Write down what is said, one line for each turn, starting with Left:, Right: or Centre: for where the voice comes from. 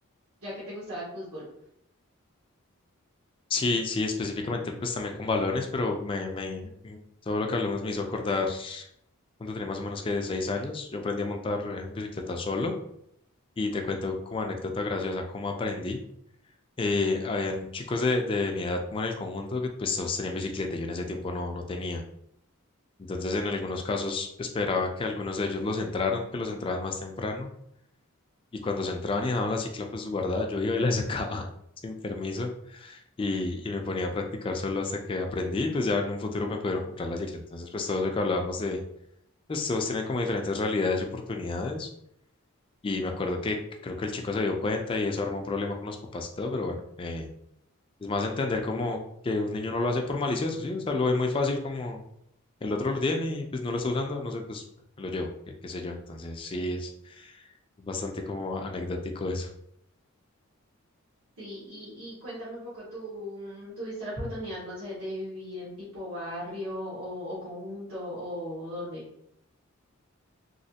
Right: Ya que te gustaba el fútbol.
Left: Sí, sí, específicamente pues también con balones, pero me, me, todo lo que hablamos me hizo acordar cuando tenía más o menos que seis años, yo aprendí a montar eh, en bicicleta solo y te cuento como anécdota graciosa cómo aprendí. Eh, habían chicos de, de mi edad como en el conjunto que pues todos tenían bicicleta, yo en ese tiempo no, no tenía. Entonces, en algunos casos esperaba que algunos de ellos los entraran, que los entraran más temprano. Y cuando se entraban y dejaban la cicla pues guardada, yo iba y la sacaba <laughs> sin permiso y, y me ponía a practicar solo hasta que aprendí. y, Pues ya en un futuro me pudieron comprar la cicla. Entonces, pues todo eso que hablábamos de, pues todos tienen como diferentes realidades y oportunidades. Y me acuerdo que creo que el chico se dio cuenta y eso armó un problema con los papás y todo, pero bueno, eh, es más entender como que un niño no lo hace por malicioso, ¿sí? O sea, lo ve muy fácil como el otro lo tiene y pues no lo está usando, no sé, pues me lo llevo, qué, qué sé yo. Entonces sí, es bastante como anecdótico eso.
Right: Sí, y, y cuéntame un poco, ¿tú mm, tuviste la oportunidad, no sé, de vivir en tipo barrio o, o conjunto o dónde?